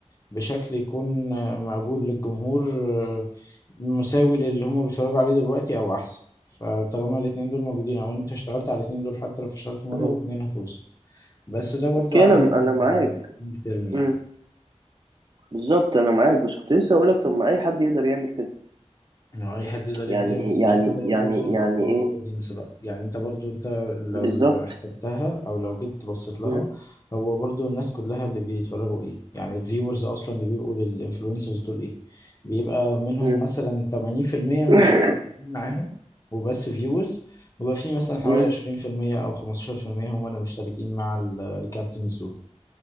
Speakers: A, on the left; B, on the right.
A: بشكل يكون آه، مقبول للجمهور آه، مساوي للي هما بيتفرجوا عليه دلوقتي او احسن فطالما الاتنين دول موجودين او انت اشتغلت على الاتنين دول حتى لو فشلت مرة
B: مم.
A: واتنين هتوصل بس ده برضو
B: اوكي
A: على
B: انا
A: الميد
B: انا معاك
A: تيرم يعني
B: مم. بالظبط انا معاك بس كنت لسه اقولك طب ما اي حد يقدر يعمل كده
A: ما هو اي حد يقدر يعمل
B: يعني
A: كده بس
B: يعني
A: مش اي حد يقدر
B: يعني
A: يوصل للتارجت
B: يعني ايه
A: اودينس بقى يعني انت برضو انت لو
B: بالظبط
A: لو حسبتها او لو جيت بصيت لها
B: مم.
A: هو برضو الناس كلها اللي بيتفرجوا ايه يعني الفيورز اصلا اللي بيبقوا للانفلونسرز دول ايه بيبقى منهم
B: مم.
A: مثلا 80%
B: <coughs>
A: مش مشتركين معاهم وبس فيورز ويبقى في مثلا حوالي
B: مم.
A: 20% او 15% هم اللي مشتركين مع الكابتنز دول